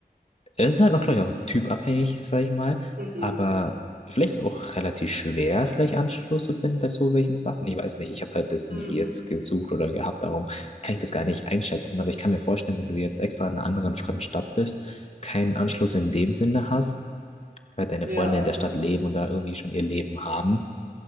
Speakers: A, on the left; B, on the right.
A: es ist halt auch, glaube ich, auch typabhängig, sag ich mal,
B: Mhm.
A: aber vielleicht ist es auch relativ schwer, vielleicht Anschluss zu finden bei so welchen Sachen. Ich weiß nicht, ich habe halt das nie
B: Mhm.
A: jetzt gesucht oder gehabt, darum kann ich das gar nicht einschätzen, aber ich kann mir vorstellen, wenn du jetzt extra in einer anderen fremden Stadt bist, keinen Anschluss in dem Sinne hast, halt deine
B: Ja,
A: Freunde in der Stadt leben und da irgendwie schon ihr Leben haben.